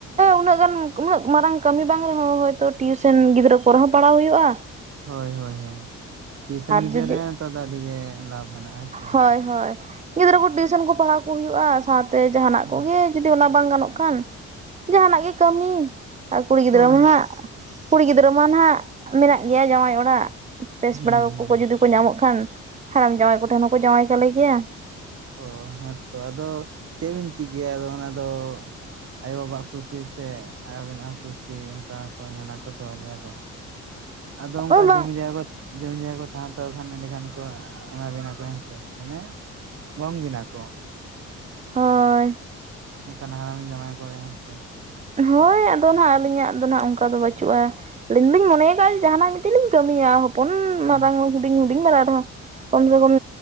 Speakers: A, on the right (about 25°); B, on the right (about 50°).
A: ᱩᱱᱟᱹᱜ
B: ᱟᱪᱪᱷᱟ
A: ᱜᱟᱱ ᱩᱱᱟᱹᱜ ᱢᱟᱨᱟᱝ ᱠᱟᱹᱢᱤ ᱵᱟᱝ ᱨᱮᱦᱚᱸᱭ ᱴᱤᱭᱩᱥᱚᱱ ᱜᱤᱫᱽᱨᱟᱹ ᱠᱚᱨᱮ ᱦᱚᱸ ᱯᱟᱲᱦᱟᱣ ᱦᱩᱭᱩᱜ-ᱟ᱾
B: ᱦᱳᱭ ᱦᱳᱭ ᱦᱳᱭ ᱴᱤᱭᱩᱥᱚᱱ ᱜᱤᱫᱽᱨᱟᱹ
A: ᱡᱩᱫᱤ
B: ᱨᱮ ᱱᱮᱛ ᱫᱚ ᱟᱹᱰᱤ ᱜᱮ ᱞᱟᱵᱷ ᱢᱮᱱᱟᱜᱼᱟ ᱦᱮᱸ ᱥᱮ
A: ᱦᱳᱭ ᱦᱳᱭ ᱜᱤᱫᱽᱨᱟᱹᱠᱩ ᱴᱤᱭᱩᱥᱚᱱ ᱠᱚ ᱯᱟᱲᱦᱟᱣ ᱠᱚ ᱦᱩᱭᱩᱜ-ᱟ ᱥᱟᱶᱛᱮ ᱡᱟᱦᱟᱸᱟᱱᱟᱜ
B: ᱦᱮᱸ
A: ᱠᱚᱜᱮ ᱡᱩᱫᱤ ᱚᱱᱟ ᱵᱟᱝ ᱜᱟᱱᱚᱜ ᱠᱷᱟᱱ ᱡᱟᱦᱟᱱᱟᱜ ᱜᱮ ᱠᱟᱹᱢᱤ ᱟᱨ ᱠᱩᱲᱤ ᱜᱤᱫᱽᱨᱟᱹ
B: ᱦᱳᱭ
A: ᱢᱟ ᱦᱟᱸᱜ ᱠᱩᱲᱤ ᱜᱤᱫᱽᱨᱟᱹ ᱢᱟ ᱱᱟᱦᱟᱜ ᱢᱮᱱᱟᱜ ᱜᱮᱭᱟ ᱡᱟᱶᱟᱭ ᱚᱲᱟᱜ ᱯᱮᱥ
B: ᱦᱩᱸ
A: ᱵᱟᱲᱟ ᱠᱚ
B: ᱦᱩᱸ
A: ᱡᱩᱫᱤ ᱠᱚ ᱧᱟᱢᱚᱜ ᱠᱷᱟᱱ ᱦᱟᱲᱟᱢ ᱡᱟᱶᱟᱭ ᱠᱚᱴᱷᱮᱱ ᱦᱚᱸᱠᱚ ᱡᱟᱶᱟᱭ ᱠᱟᱞᱮ ᱜᱮᱭᱟ᱾
B: ᱚ ᱦᱮᱸᱛᱚ ᱟᱫᱚ ᱪᱮᱫ ᱵᱤᱱ ᱪᱤᱠᱟᱹ ᱟᱫᱚ ᱜᱮᱭᱟᱫᱚ ᱚᱱᱟᱫᱚ ᱟᱭᱳ ᱵᱟᱵᱟᱣᱟᱜ ᱠᱩᱥᱤ ᱥᱮ ᱟᱵᱱᱟᱜ ᱦᱚᱸ ᱠᱩᱥᱤ ᱚᱱᱠᱟ ᱠᱚ ᱧᱮᱞᱟ ᱠᱚ ᱛᱚ ᱞᱟᱹᱭ ᱠᱚ ᱟᱫᱚ ᱚᱱᱠᱟ
A: ᱚ ᱵᱟᱝ
B: ᱡᱚᱢᱤ ᱡᱟᱭᱜᱟ ᱠᱚ ᱡᱚᱢᱤ ᱡᱟᱭᱜᱟ ᱠᱚ ᱛᱟᱦᱮᱸ ᱦᱟᱛᱟᱣ ᱠᱚ ᱠᱷᱟᱱ ᱮᱸᱰᱮᱠᱷᱟᱱ ᱠᱚ ᱮᱢᱟ ᱵᱤᱱᱟ ᱠᱚ ᱦᱮᱸᱥ ᱢᱟᱱᱮ ᱜᱚᱝ ᱵᱤᱱᱟ ᱠᱚ᱾
A: ᱦᱳᱭ
B: ᱚᱱᱠᱟ ᱦᱟᱨᱟᱢ ᱡᱚᱢᱟᱭ ᱠᱚᱨᱮ ᱦᱮᱸ ᱥᱮ
A: ᱦᱳᱭ ᱟ ᱫᱚ ᱱᱟᱦᱟᱜ ᱟᱹᱞᱤᱧᱟᱜ ᱫᱚ ᱦᱟᱜ ᱚᱱᱠᱟ ᱫᱚ ᱵᱟᱹᱪᱩᱜ-ᱟ᱾ ᱟᱹᱞᱤᱧ ᱫᱚᱞᱤᱧ ᱢᱚᱱᱮᱭ ᱠᱟᱜ-ᱟ ᱡᱟᱦᱟᱱᱟᱜ ᱢᱤᱫᱴᱤᱱ ᱞᱤᱧ ᱠᱟᱹᱢᱤᱭᱟ ᱦᱚᱯᱚᱱ
B: ᱚ
A: ᱢᱟᱨᱟᱝ ᱦᱩᱰᱤᱧ ᱦᱩᱰᱤᱧ ᱵᱮᱲᱟ ᱨᱮᱦᱚᱸ ᱠᱚᱢᱥᱮ ᱠᱚᱢ